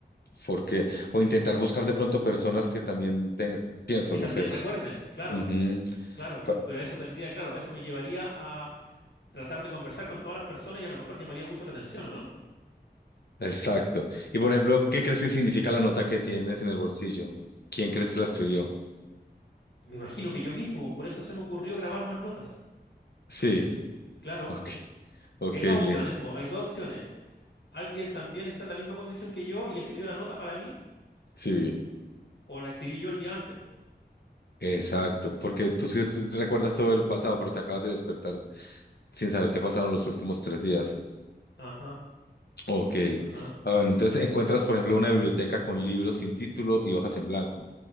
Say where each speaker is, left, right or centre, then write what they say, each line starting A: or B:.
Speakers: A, on the left; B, on the left.
A: Porque, o intentar buscar de pronto personas que también tengan, pienso,
B: Que
A: no
B: también
A: sé.
B: recuerden, claro,
A: Ujú.
B: claro.
A: Fa-
B: Pero eso tendría, claro, eso me llevaría a tratar de conversar con todas las personas y a lo mejor llamaría mucho la atención, ¿o ¿no?
A: Exacto. Y por ejemplo, ¿qué crees que significa la nota que tienes en el bolsillo? ¿Quién crees que la escribió?
B: Me imagino que yo mismo, por eso se me ocurrió grabar más notas.
A: Sí,
B: Claro,
A: ok, ok,
B: porque hay dos
A: Liz.
B: opciones, po, hay dos opciones. Alguien también está en la misma condición que yo y escribió la nota para mí
A: Sí.
B: O la escribí yo el día antes.
A: Exacto, porque tú sí te- recuerdas todo el pasado, pero te acabas de despertar sin saber qué pasaron los últimos tres días.
B: Ajá,
A: Ok.
B: ajá.
A: Ah, bueno, entonces encuentras, por ejemplo, una biblioteca con libros sin título y hojas en blanco,